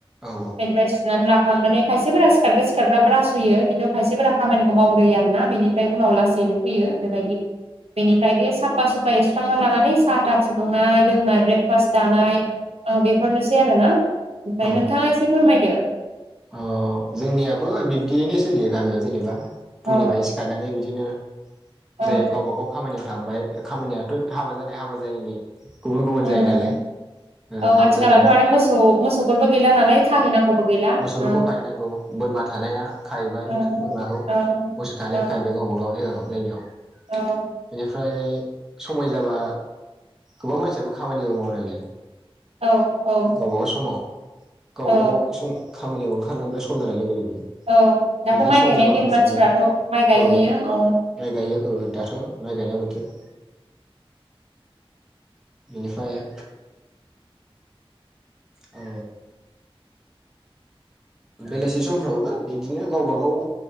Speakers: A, in the centre; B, on the right.
A: औ
B: बेनिफ्राय सुनानै लाखांनानै खायसेफोरा सिखारगो सिखारग्रा ब्रास हुयो खिन्थु खायसेफोरा खामानिखौ मावग्रोयो आरोना बेनि फ्राय उनाव लासैनो हुयो बेबायदि बेनिफ्राय बे साफा सुफा एस्रांना लानानै सा सा फुदुंनाय लोंनाय ब्रेकफास्ट जानाय औ बेफोरनोसै आरो ना ओमफ्राय
A: औ
B: नोंथाङा एसे फोरमायदो।
A: अ जोंनियाबो बिब्दियैनो सोलियो गामियाव जेनेबा
B: औ
A: फुंनिफ्राय सिखारनानै बिदिनो
B: औ
A: जाय गावबा गाव खामानियाव थांबाय खामानियाथ' हाबा जानाय हाबा जायिनि गुबुन गुबुन
B: उम
A: जायो नालाय ओ
B: औ
A: हाबा
B: आथिखालावथ'
A: जानाया
B: आरो मोसौ मोसौफोरबो गैला नालाय खाहैनांगौबो गैला।
A: फोरखौ
B: ओं
A: खाहैनांगौ बोरमा थानाया खाहैबाय
B: औ
A: बोरमाखौ मोसौ
B: औ
A: थानाया
B: औ
A: खाहैबाय। गावबा गाव जायगायाव
B: औ
A: बेनिफ्राय समाय जाबा गोबां मानसियाबो खामानिबो मावो नालाय
B: औ औ
A: गावबागाव समाव गावबाागाव
B: औ
A: सम खामानियाव ओंखारलांबाय सम जानाय लोगो लोगो
B: औ
A: बेनिफ्राय
B: दाथ' माइ
A: सम
B: गायनायनि
A: जाबा
B: दिन
A: फैफिनबाय
B: मानसिफ्राथ' माइ गायहैयो
A: औ
B: औ
A: माइ गायो ओ दाथ' माइ गायनाय बोथोर बेनिफ्राय औ बेलासि समफ्रावबो बिदिनो गावबा गाव